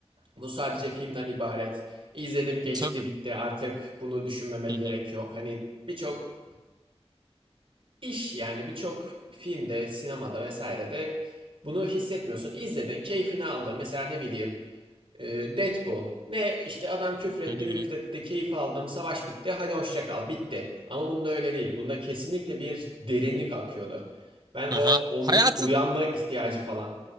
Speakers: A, on the right; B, on the right.
A: bu sadece filmden ibaret. İzledim geçti
B: Tabii.
A: bitti artık bunu düşünmeme gerek
B: Hı hı.
A: yok. Hani birçok iş yani birçok filmde, sinemada vesairede bunu hissetmiyorsun. İzledin, keyfini aldın. Mesela ne bileyim ee, Deadpool. Ne işte adam küfretti
B: Hı hı.
A: müfretti keyif aldım savaş bitti hadi hoşça kal bitti. Ama bunda öyle değil. Bunda kesinlikle bir derinlik akıyordu. Ben o
B: Aha.
A: onun
B: Hayatın
A: uyanma ihtiyacı falan